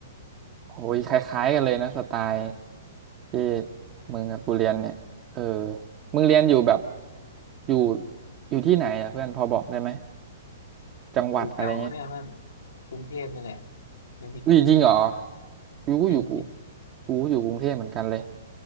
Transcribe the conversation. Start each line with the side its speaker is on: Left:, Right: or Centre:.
Right: โอ้ยคล้ายๆกันเลยนะสไตล์ที่มึงกับกูเรียนเนี่ยเออมึงเรียนอยู่แบบอยู่อยู่ที่ไหนอ่ะเพื่อนพอบอกได้ไหมจังหวัดอะไรเงี้ย
Left: อยู่แถวเนี่ยเพื่อนกรุงเทพนี่แหละเรียนที่กรุงเทพ
Right: อุ้ยจริงเหรออยู่กูอยู่กู
Left: จริงจริง
Right: กูก็อยู่กรุงเทพเหมือนกันเลย